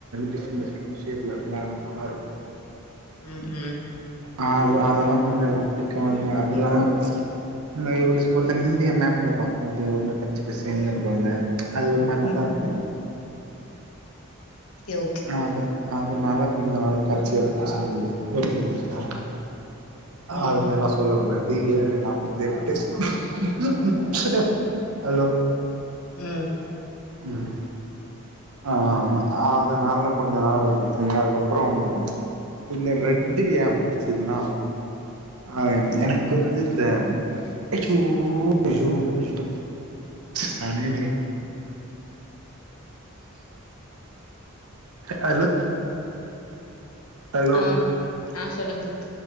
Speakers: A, on the right; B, on the left.
A: டிப்ரெண்ட் டிப்ரெண்ட் ஷேப்ல இருக்கும்ல அதல்லா நல்லாருக்கு
B: உம் ம்
A: அ அதெல்லா கொஞ்ச பிடிக்கு அ அதெல்லா இந்த ஒருஸ் ஒரு இந்திய மேப்ல பாக்குபோது ஒருமாதி பச்ச பசசேலுனு இருக்குல்ல அது ஒரு மாரி நல்லாருக்கு
B: ம். சரி ஓகே.
A: அத அதனால கொஞ்ச நாள் பச்சய புடிச்சிருந்தது ஒரே நிமிஷோ
B: ம்.
A: அதுமேலா சொல்ல கூடாது தி ஏழு நாற்பத்தெட்டு <unintelligible> ஹலோ
B: உம்
A: ம் ஆமா அதனால கொஞ்ச நாள் வச்சுச்சீங்க அதுக்கப்றம் இந்த ரெட்டு யேன் புடிச்சதுன்னா அ எனக்கு வந்து இந்த ஐயோ ஐயோ ஐயோ சனியனே ஹலோ ஹலோ
B: ஆ ஆ சொல்லுங்க